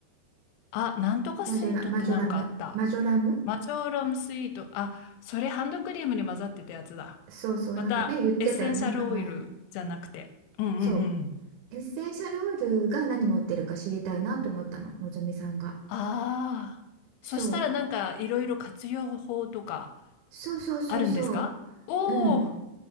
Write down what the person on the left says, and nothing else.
あ、なんとかスイートってなんかあった。
マジョーラムスイート。あ、それハンドクリームに混ざってたやつだ。
また、
エッセンシャルオイルじゃなくて。
うんうんうん。
ああ。
そしたらなんかいろいろ活用法とか
あるんですかおおー